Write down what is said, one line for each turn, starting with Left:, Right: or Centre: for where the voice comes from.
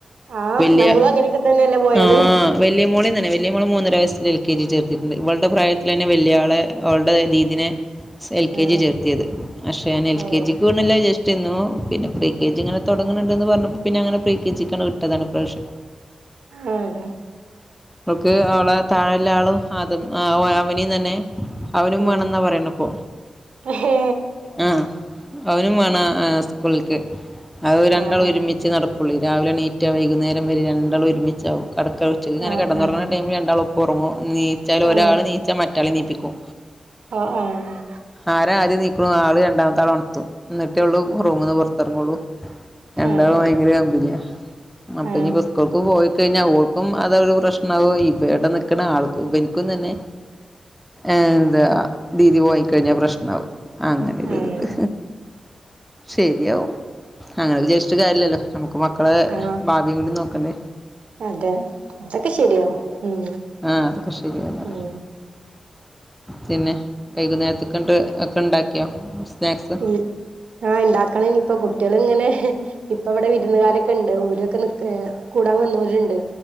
Right: ആ
Centre: വല്യ
Right: നമ്മള് അങ്ങനെയൊക്കെ തന്നെയല്ലേ പോയത്
Centre: ആ വല്യ മോളീ തന്നെ. വലിയ മോള് മൂന്നര വയസ്സൽ എൽ കെ ജി ചേർത്തിട്ടുണ്ട് ഇവളുടെ പ്രായത്തിൽ തന്നെ വലിയാളെ ഓളുടെ ദീദിനെ എൽ കെ
Right: ആ
Centre: ജി ചേർത്തിയത് പക്ഷെ ഞാൻ എൽ
Right: ഓ
Centre: കെ ജിക്ക് കൊണല്ല ജസ്റ്റ്- പിന്നെ പ്രീ കെ ജി ഇങ്ങനെ തുടങ്ങുന്നുണ്ട്ന്ന് പറഞ്ഞപ്പോ പിന്നെ അങ്ങനെ പ്രീ കെ ജിക്കങ്ങട്ട് വിട്ടതാണ് പ്രാവശ്യം
Right: അതെ
Centre: ഓൾക്ക് അവളെ താഴെല്ല ആളും ആതും അവനും തന്നെ. അവനും
Right: ഉം
Centre: വേണംന്നാ പറയണപ്പൊ
Right: ഹേ
Centre: ആഹ് അവനും വേണം സ്കൂളിക്ക് അപ്പ രണ്ടാള്
Right: ആ ആ
Centre: ഒരുമിച്ച നടക്കുള്ളൂ രാവിലെ നീ. റ്റ വൈകുന്നേരം വരെ രണ്ടാളും ഒരുമിച്ചാവും കടക്ക ഉച്ചക്ക്ങ്ങനെ
Right: ആ
Centre: കടന്നുറങ്ങുന്ന
Right: ആ
Centre: ടൈമിൽ രണ്ടാളും. പ്പൊറങ്ങു നീച്ചാൽ ഒരാള്
Right: ഓ
Centre: നീച്ചാൽ മറ്റാളെ നീപ്പിക്കും,
Right: ആഹ് ആഹ്
Centre: ആര ആദ്യം നീക്ണൂ ആള് രണ്ടാമത്തെ ആളെ ഉണത്തു എന്നിട്ടേ ഉള്ളൂ റൂമ്ന്ന് പുറത്തിറങ്ങുള്ളൂ. രണ്ടാളും
Right: അതെ
Centre: ഭയങ്കര കമ്പനിയ അപ്പൊ
Right: ആ
Centre: ഇനിപ്പോ സ്കൂൾക്ക് പോയിക്കഴിഞ്ഞാ ഒ ഇപ്പം അതോരു പ്രശ്നമാവും ഇവിടെ നിൽക്കുന്ന ആൾക്ക്‌ ഇവൽക്കും തന്നെ ഏ എന്താ ദിതി പോയി കഴിഞ്ഞാൽ പ്രശ്നവും അങ്ങനെരുത്ണ്ട്
Right: ആ ആ
Centre: ശരിയാകും അങ്ങനെ വിചാരി ചിട്ട് കാര്യല്ലല്ലോ നമുക്ക് മക്കളെ
Right: ആ
Centre: ഭാവിയും കൂടി നോക്കണ്ടേ
Right: അതെ അതൊക്കെ ശെരിയാവും ഉം
Centre: ആഹ് അതൊക്കെ ശരിയാവുന്ന് പറയാ
Right: ഉം
Centre: പിന്നെ വൈകുന്നേരത്തക്കണ്ട് ഒക്കെ ഉണ്ടാക്കിയോ സ്നാക്സ്
Right: ഉം ആഹ് ഇണ്ടാക്കണം ഇനിയിപ്പൊ കുട്ടികള് ഇങ്ങനെ ഇപ്പ ഇവിടെ വിരുന്നുകാരൊക്കെ ഇണ്ട് ഓരൊക്കെ നിക്ക് എ കൂടാൻ വന്നോരുണ്ട്